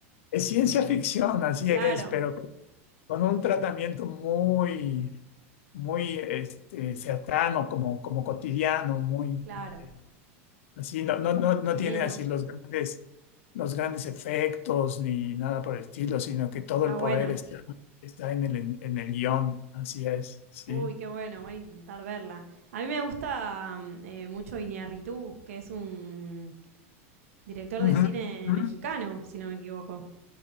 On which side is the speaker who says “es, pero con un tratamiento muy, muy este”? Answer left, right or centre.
Left